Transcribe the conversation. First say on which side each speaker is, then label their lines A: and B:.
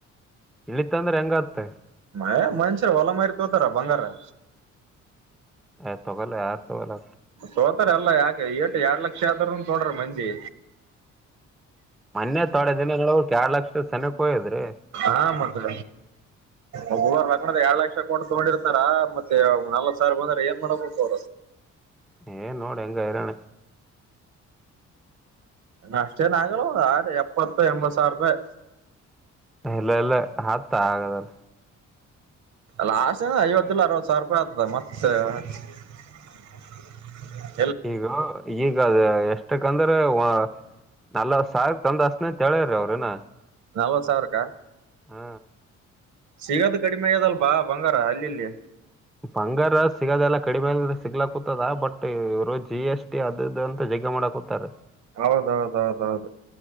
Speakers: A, in the centre; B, on the right (about 65°).
A: ಇಳಿತ ಅಂದ್ರ ಆಗತ್ತ
B: ಐ ಮನಷ್ಯ ಹೊಲಮಾರಿ ತೊಗೋತರ ಬಂಗಾರಾ
A: ಏ ತಗೋಆಲ್ ಯಾರ್ ತೊಗಲ್
B: ತೊಗೋತರ ಎಲ್ಲಾ ಯಾಕೆ ಏಟ ಯಾಡ ಲಕ್ಷ ಆದ್ರೂ ತೊಗೋಡ್ರ ಮಂದಿ
A: ಮೊೆನ್ನೆ ತೊಡೆ ದಿನಗಳ ಯಾಡಾ ಲಕ್ಷದ ಸನೆಕ ಹೋಗೆತೇರಿ
B: ಹಾ ಮತಡ ಒಬ್ಬೊಬ್ಬರ ಲಂಗಣದಾಗ ಯಾಡ ಲಕ್ಷ ಕೊಟ್ಟು ತಗೊಂಡಿರತರಾ ಮತ್ತೆ ನಲ್ವತ್ ಸಾವಿರ ಬಂದ್ರ ಏನ್ ಮಾಡ್ಬೇಕು.
A: ಏ ನೋಡ ಹೆಂಗ ಈರಣ
B: ಅಷ್ಟೇನ್ ಆಗಲ್ವ ಎಪ್ಪತ್ತ ಎಂಬತ್ ಸಾವಿರ ರೂಪಾಯಿ
A: ಇಲ್ಲ ಇಲ್ಲ ಹತ್ ಆಗದಲ್ಲ
B: ಲಾಸ್ ಐವತ್ತ ಇಲ್ಲ ಅರವತ್ತ ಸಾವಿರ ರೂಪಾಯಿ ಆಗ್ತದ ಮತ್ತ ಉಹ್ ಉಹ್ ಅತ್ತ್
A: ಈಗ ಈಗ ಅದ ಎಸ್ಟ್ ಅಷ್ಟಕಂದ್ರೆ ವ ನಲವತ್ತ ಸಾವಿರಕ್ಕ್ ತಂದ ಹಚ್ಚತೇನ್ ಅಂತ ಹೇಳ್ಯ್ರಿ ಅವ್ರ ಏನ್
B: ನಲ್ವತ್ತ ಸವರಕ್ಕಾ.
A: ಹಾ
B: ಸಿಗದ ಕಡಿಮೆ ಆಗಿದೆ ಪಾ ಬಂಗಾರ ಅಲ್ಲಿಲ್ಲಿ
A: ಬಂಗಾರ ಸಿಗದೆಲ್ಲ ಕಡಿಮೆಲ್ ಸಿಗ್ಲಾ ಕುೂತದ ಬಟ್ ಇವರು ಜಿ ಎಸ್ಟಿ ಅದ ಇದ ಅಂತ ಜಗ ಇದ ಮಾಡಕುಂತಾರ
B: ಹೌದ ಹೌದ ಹೌದ ಹೌದು